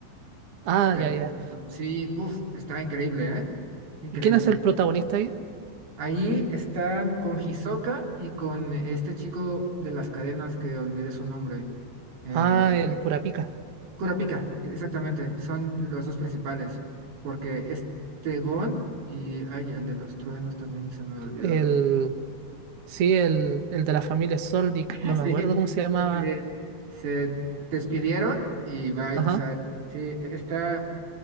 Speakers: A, on the right; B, on the right.
A: Ah,
B: Te-
A: ya, ya.
B: Sí, puf, está increíble, ¿eh? Increíble.
A: ¿Y quién es el protagonista ahí?
B: Allí están con Hisoka y con este chico de las cadenas que olvidé su nombre. Eh,
A: Ah, el Kurapika.
B: Kurapika, exactamente, son los dos principales, porque este Gon y ay, el de los truenos también se me olvidó.
A: El. Sí, el, el de la familia Soldic.
B: <laughs>
A: No me
B: Sí,
A: acuerdo cómo se llamaba.
B: se, se despidieron y bye,
A: Ajá.
B: o sea, sí, está